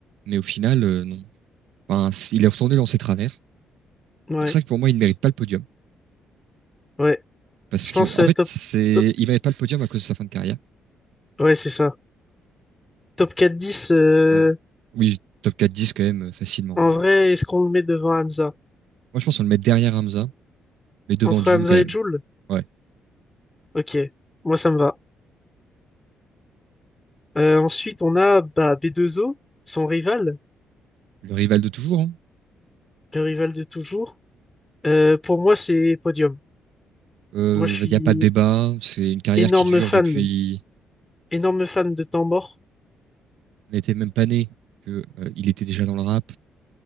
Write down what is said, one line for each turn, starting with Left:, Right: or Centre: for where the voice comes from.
Right: mais au final, euh, non. Enfin, il est retourné dans ses travers. C'est
Left: Ouais,
Right: pour ça que pour moi, il ne mérite pas le podium.
Left: ouais.
Right: Parce
Left: Je pense
Right: que, en
Left: euh,
Right: fait,
Left: top...
Right: c'est,
Left: top...
Right: il mérite pas le podium à cause de sa fin de carrière.
Left: Ouais, c'est ça. Top 4-10, euh,
Right: Ouais. Oui, top quatre 10 quand même, euh, facilement.
Left: en
Right: hein.
Left: vrai, est-ce qu'on le met devant Hamza?
Right: Moi, je pense qu'on le met derrière Hamza, mais devant
Left: Entre
Right: Jules
Left: Hamza
Right: quand même.
Left: et Jul?
Right: Ouais.
Left: Ok, moi ça me va. Euh, ensuite, on a bah, B2O, son rival,
Right: Le rival de toujours, hein.
Left: le rival de toujours. Euh, pour moi, c'est podium.
Right: Euh,
Left: Moi, je suis
Right: il n'y a pas de débat. C'est une carrière
Left: énorme
Right: qui dure
Left: fan,
Right: depuis,
Left: énorme fan de Temps Mort.
Right: on n'était même pas né. Que, euh, il était déjà dans le rap.